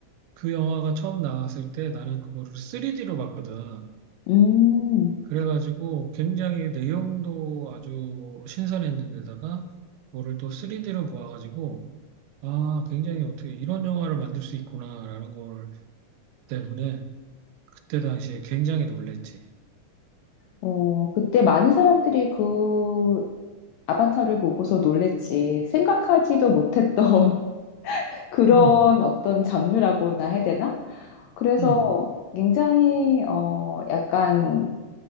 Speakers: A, on the right; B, on the left.
A: 그 영화가 처음 나왔을 때 나는 그거를 3D로 봤거든.
B: 음,
A: 그래가지고 굉장히 내용도 아주 신선했는데다가 그거를 또 3D로 보아가지고 아, 굉장히 어떻게 이런 영화를 만들 수 있구나라는 걸 때문에 그때 당시에 굉장히 놀랬지.
B: 어, 그때 많은 사람들이 그 아바타를 보고서 놀랬지. 생각하지도 못했던 <laughs> 그런
A: 응,
B: 어떤 장르라고나 해야 되나? 그래서
A: 응,
B: 굉장히, 어, 약간,